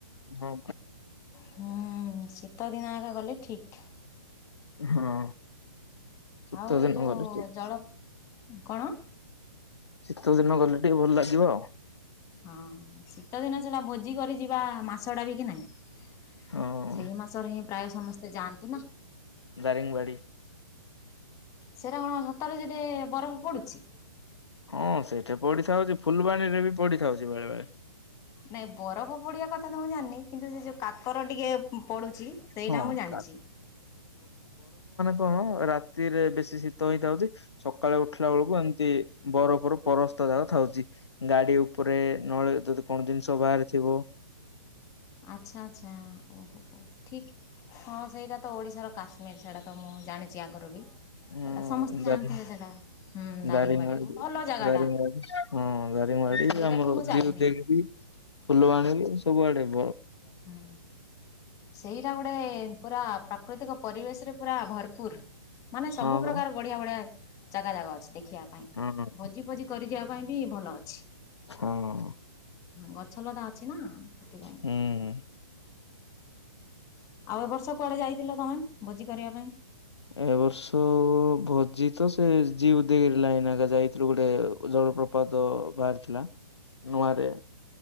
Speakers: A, on the left; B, on the left.
A: ହଁ
B: ହୁଁ ଶୀତ ଦିନଯାକ ଗଲେ ଠିକ
A: ହଁ। ଶୀତ
B: ଆଉ
A: ଦିନ
B: ଏଇ ଯୋଉ
A: ଗଲେ ଠିକ
B: ଜଳ କଣ?
A: ଶୀତ ଦିନ ଗଲେ ଟିକେ ଭଲ ଲାଗିବ ଆଉ।
B: ହଁ ଶୀତ ଦିନ ଥିଲା ଭୋଜି କରିଯିବା ମାସ ଟା ବିକି ନାହିଁ।
A: ହଁ
B: ସେଇ ମାସରେ ହିଁ ପ୍ରାୟ ସମସ୍ତେ ଯାଆନ୍ତି ନା।
A: ଦାରିଙ୍ଗବାଡ଼ି।
B: ସେଇଟା କଣ ସତରେ ସେଠି ବରଫ ପଡ଼ୁଚି।
A: ହଁ ସେଇଠି ପଡିଥାଉଛି ଫୁଲବାଣୀ ରେ ବି ପଡିଥାଉଛି ବେଳେ ବେଳେ
B: ନାଇଁ ବରଫ ପଡିିବା କଥା ତ ମୁଁ ଜାଣିନି କିନ୍ତୁ ସେ ଯୋଉ କା ପର ଟିକେ ପଡୁଛି ସେଇଟା
A: ହଁ
B: ମୁଁ ଜାଣିଚି।
A: କା କ ହଁ ରାତିରେ ବେଶୀ ଶୀତ ହେଇଥାଉଛି ସକାଳେ ଉଠିଲା ବେଳକୁ ଏମିତି ବରଫରୁ ପରସ୍ତ ଯାକ ଥାଉଛି ଗାଡି ଉପରେ ନ ଯଦି କଣ ଜିନିଷ ବାହାରିଥିବ
B: ଆଚ୍ଛା ଆଚ୍ଛା ଓହୋହୋ ଠିକ ହଁ ସେଇଟା ତ ଓଡ଼ିଶାର କାଶ୍ମୀର ସେଇଟା ତ ମୋ ମୁଁ ଜାଣିଛି ଆଗରୁ ବି
A: ହୁଁ
B: ସେଇଟା ସମସ୍ତେ ଜାଣିଥିବେ
A: ଦାରିଙ୍ଗ
B: ସେଇଟା ହୁଁ ଦାରିଙ୍ଗବାଡ଼ିଟା
A: ଦାରିଙ୍ଗବାଡି
B: ଭଲ ଜାଗାଟା।
A: ଦାରିଙ୍ଗବାଡି ହଁ ଦାର ଦାରିଙ୍ଗବାଡି
B: ସେଇଟା
A: ଆମର
B: ବି ମୁଁ ଯାଇନି।
A: ଝିଅ ଦେଇକି ଫୁଲ ଆଣିଲୁ ସବୁ ଆଣିଲୁ।
B: ହୁଁ ସେଇରା ଗୁଡ଼େ ପୁରା ପାପ ପ୍ରାକୃତିକ ପରିବେଶରେ ପୁରା ଭରପୁର ମାନେ ସବୁ
A: ହଁ ପରା।
B: ପ୍ରକାର ବଢିଆ ବଢିଆ ଜାଗା ଜାଗା ଅଛି ଦେଖ ଦେଖିବା ପାଇଁ
A: ହଁ
B: ଭୋଜି ଫୋଜି କରିଯିବା ପାଇଁ ବି ଭଲ ଅଛି।
A: ହଁ ଅଁ
B: ଗଛଲତା ଅଛି ନା ସେଥିପାଇଁ।
A: ହୁଁ।
B: ଆଉ ଏବର୍ଷ କୁଆଡେ ଯାଇଥିଲ ତମେ ଭୋଜି କରିବା ପାଇଁ।
A: ଏ ବର୍ଷ ଭୋଜି ତ ସେ ଯିବ ଦେକିରି ଲାଇନ ଘରିକା ଯାଇଥିଲୁ ଗୋଟେ ପ୍ରପାତ ବାହାରିଥିଲା ନୂଆରେ